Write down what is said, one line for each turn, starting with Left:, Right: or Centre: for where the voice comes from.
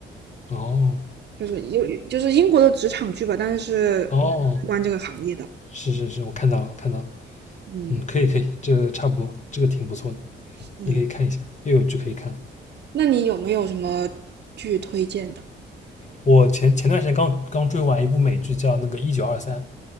Left: 哦
Right: 就是又就是英国的职场剧吧，但是嗯关这个行业的，
Left: 哦，是是是，我看到了看到了，
Right: 嗯
Left: 嗯，可以可以，这个差不多，这个挺不错的，
Right: 嗯。
Left: 你可以看一下，又有剧可以看了。
Right: 那你有没有什么剧推荐的？
Left: 我前前段时间刚刚追完一部美剧，叫那个《一九二三》，